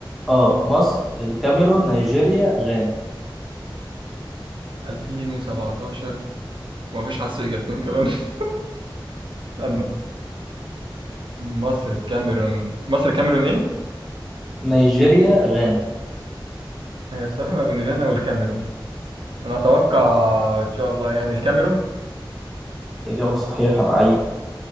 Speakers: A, in the centre; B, on the right.
A: اه مصر الكاميرون نيجيريا غانا
B: 2017 ومفيش حاسس في اجابتين كمان <laughs> استنى مصر الكاميرون مصر الكاميرون ايه
A: نيجيريا غانا
B: هي الصراحه ما بين غانا والكاميرون انا اتوقع ان شاء الله يعني الكاميرون
A: إجابة صحيحة لعيب